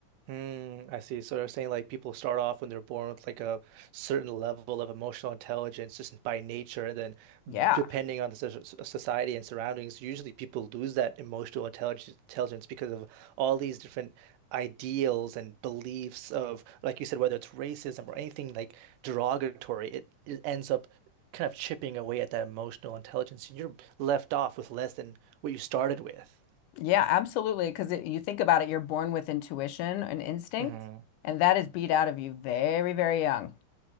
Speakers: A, on the right; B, on the left.
A: Hmm. I see. So they're saying like people start off when they're born with like a certain level of emotional intelligence just by nature, and then
B: Yeah.
A: depending on the soc- society and surroundings, usually people lose that emotional intelligence intelligence because of all these different ideals and beliefs of, like you said, whether it's racism or anything like derogatory, it, it ends up kind of chipping away at that emotional intelligence, and you're left off with less than what you started with.
B: Yeah, absolutely. Because you think about it, you're born with intuition and instinct,
A: hmm
B: and that is beat out of you very, very young.